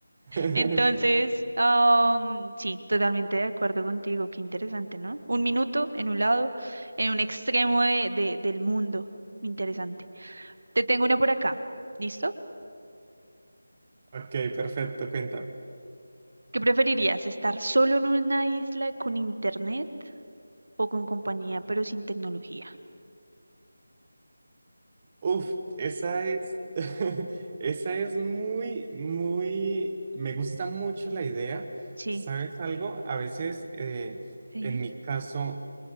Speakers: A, on the right; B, on the right.
A: <laughs>
B: Entonces, am, sí, totalmente de acuerdo contigo. Qué interesante, ¿no? Un minuto en un lado, en un extremo de, de- del mundo. Interesante. Te tengo una por acá. ¿Listo?
A: Ok, perfecto, cuéntame.
B: ¿Qué preferirías? ¿Estar solo en una isla con internet o con compañía, pero sin tecnología?
A: Uf, esa es, <laughs> esa es muy, muy, me gusta mucho la idea.
B: Sí.
A: ¿Sabes algo? A veces, eh,
B: Sí.
A: en mi caso,